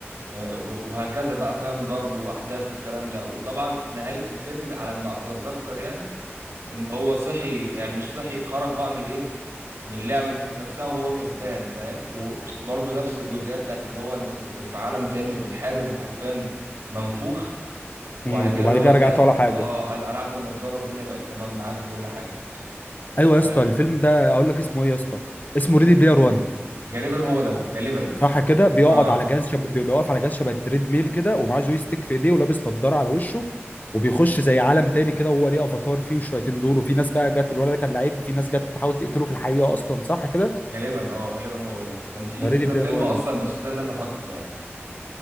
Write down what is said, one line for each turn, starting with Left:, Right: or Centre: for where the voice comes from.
Right: و- وهكذا بقى فاهم ضرب واحداث والكلام ده وطبعا نهاية الفيلم على ما اتذكر يعني ان هو صحي يعني مش صحي خرج بقى من الايه من اللعبه دي ذات نفسها وهو كسبان فاهم وبرضه نفس الجزئيه بتاعت اللي هو انت كنت في عالم تاني وبتحارب وحرفيا منفوخ وبعد
Left: امم
Right: كده
Left: وبعد
Right: اللي هو
Left: كده رجعت
Right: زي
Left: ولا حاجه
Right: اه قل- قلعت النضاره الدنيا بقت تمام معاك وكل حاجه
Left: ايوه يا
Right: ف-
Left: اسطى الفيلم ده اقول لك اسمه ايه يا اسطى اسمه ريدي بلاير 1
Right: غالبا هو ده غالبا
Left: صح كده بيقعد
Right: اه
Left: على جهاز شب... بيبقى واقف على جهاز شبه التريد ميل كده ومعاه جوي ستيك في ايديه ولابس نضاره على وشه وبيخش زي عالم تاني كده وهو ليه افاتار فيه والشياطين دول وفي ناس بقى جت الولد ده كان لعيب ففي ناس جت تحاول تقتله في الحقيقه اصلا صح كده
Right: غالبا اه غالبا هو ده كان في
Left: ريدي
Right: كذا
Left: بلاير
Right: فيلم
Left: 1
Right: اصلا بس ده اللي انا فاكره يعني